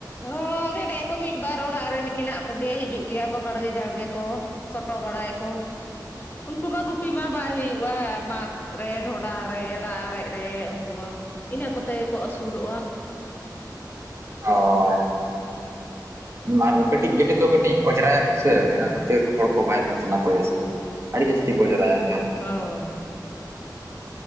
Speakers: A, on the left; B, on the right.
A: ᱚ ᱜᱮᱰᱮ ᱠᱚ ᱢᱤᱫ ᱵᱟᱨ ᱚᱲᱟᱜ ᱨᱮ ᱢᱮᱱᱟᱜ ᱠᱚᱜᱮᱭᱟ ᱦᱤᱡᱩᱜ ᱜᱮᱭᱟ ᱠᱚ ᱵᱟᱲᱜᱮ ᱡᱲᱜᱮ ᱠᱚ ᱪᱚᱴᱚ ᱵᱟᱲᱟᱭᱟᱠᱚ ᱩᱱᱠᱩ ᱢᱟ ᱜᱩᱯᱤ ᱢᱟ ᱵᱟᱭ ᱦᱩᱭᱩᱜᱼᱟ ᱢᱟ ᱨᱮ ᱰᱷᱚᱰᱟ ᱨᱮ ᱫᱟᱜ ᱟᱨᱮᱡᱽ ᱨᱮ ᱩᱱᱠᱩ ᱵᱟ ᱤᱱᱟᱹ ᱠᱚᱛᱮ ᱜᱮ ᱠᱚ ᱟᱹᱥᱩᱞᱚᱜᱼᱟ
B: ᱦᱳᱭ
A: <inaudible>
B: ᱟᱨ ᱠᱟᱹᱴᱤᱡ ᱜᱮᱰᱮ ᱜᱟᱹᱴᱤᱡ ᱫᱚ ᱠᱟᱹᱴᱤᱡ ᱚᱡᱽᱟᱭᱟᱠᱚ ᱥᱮ ᱚᱱᱟ ᱠᱷᱟᱹᱛᱤᱨ ᱦᱚᱲ ᱠᱚ ᱵᱟᱭ ᱫᱚᱦᱚ ᱥᱟᱱᱟ ᱠᱚᱣᱟ ᱡᱟᱹᱥᱛᱤ ᱟᱹᱰᱤ ᱡᱟᱹᱥᱛᱤ ᱠᱚ ᱚᱡᱽᱨᱟᱭᱟᱠᱚ
A: ᱦᱚ